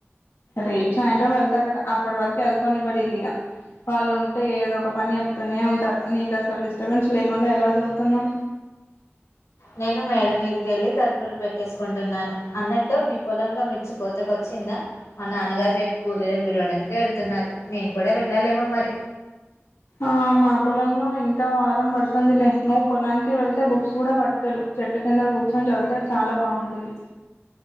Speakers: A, on the left; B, on the left.
A: రేపు సాయంత్రం వెళ్తారట అప్పటి వరకు చదువుకొనివ్వారు ఇగ వాళ్ళు ఉంటే ఏదో ఒక పని చెప్తూనే ఉంటారు నీకు అసలు డిస్టర్బెన్స్ లేకుండా ఎలా చదువుతున్నావ్
B: నేను మేడ మీదక వెళ్ళి తలుపులు పెట్టేసుకుంటున్నాను అన్నట్టు మీ పొలంలో మిర్చి కోతకొచ్చిందా మా నాన్నగారు రేపు కూలీలని పిలవడానికి వెళ్తున్నారు నేను కూడా వెళ్ళాలేమో మరి
A: ఆ మా పొలంలో ఇంకా వారం పడుతుందిలే నువ్వు పొలానికి వెళ్తే బుక్స్ కూడా పట్టుకెళ్ళు చెట్టు కింద కూర్చొని చదివితే చాలా బాగుంటుంది